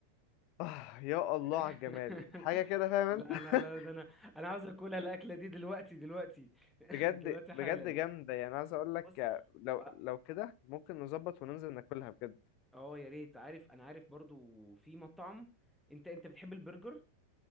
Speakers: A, on the left (about 40°); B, in the centre.
A: آه يا الله
B: <laughs>
A: على الجمال حاجة كده فاهم
B: لا
A: انت <laughs>
B: لا لا ده انا انا عاوز اكلها الاكله دي دلوقتي دلوقتي <laughs>
A: بجد
B: دلوقتي
A: بجد
B: حالا
A: جامدة يعني عايز اقول لك
B: بص
A: لو
B: اه
A: لو كده ممكن نظبط وننزل ناكلها بجد
B: آه، يا ريت عارف انا عارف برضو في مطعم انت انت بتحب البرجر